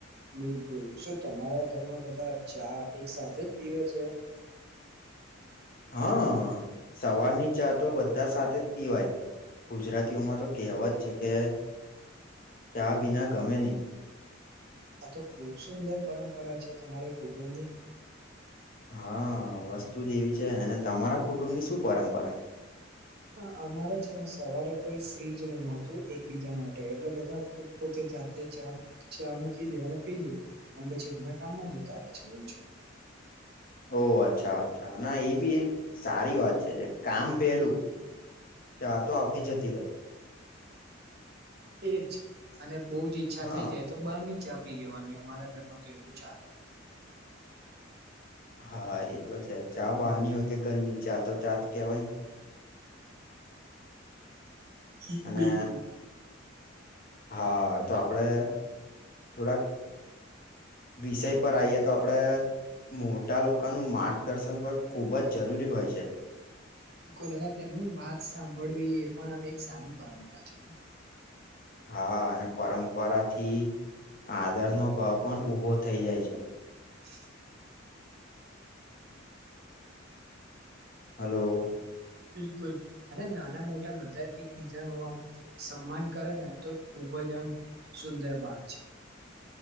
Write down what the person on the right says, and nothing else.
બિલકુલ શું તમારા ઘરમાં બધા ચા એક સાથે જ પીવે છે.
આ તો ખુબ સુંદર પરંપરા છે તમારી કુટુંબની.
હ અમારે છે ને સવારે કોઈ ફ્રીજ નહીતું એક બીજા માટે એટલે બધા પોત પોતે. જાતે ચા ચા મૂકી દે અને પી લે. અને પછી એમણા કામમાં જતા રહે છે એું છે.
એજ અને બહુ જ ઈચ્છા
થઈ જાય તો બ નીચે. આપી લેવાની અમારા ઘરમાં તો એવું ચાલે.
હ
બિલકુલ.
લ અને તેમની વાત સાંભળ. પણમે એક સારી પરંપરા છે.
<unintelligible> <inaudible>
બિલકુલ અને નાના મોટા બધા એકબીજા નુ આમ સન્માન કરે ને તો ખુબ ખુબજ સુંદર વાત છે.